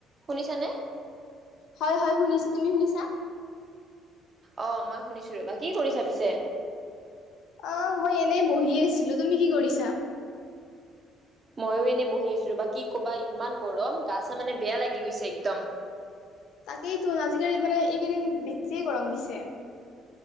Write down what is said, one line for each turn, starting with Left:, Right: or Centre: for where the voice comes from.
Right: শুনিছা নে
Left: হয় হয় শুনিছো তুমি শুনিছা
Right: অ মই শুনিছো ৰবা কি কৰিছাঁ পিছে
Left: অ মই এনেই বহি আছিলো তুমি কি কৰিছা
Right: ময়ো বহি আছো বা কি ক'বা ইমান গৰম চা মানে বেয়া লাগি গৈছে একদম
Left: তাকেইতো আজিকালি মানে এইকেইদিন বেছিয়ে গৰম দিছে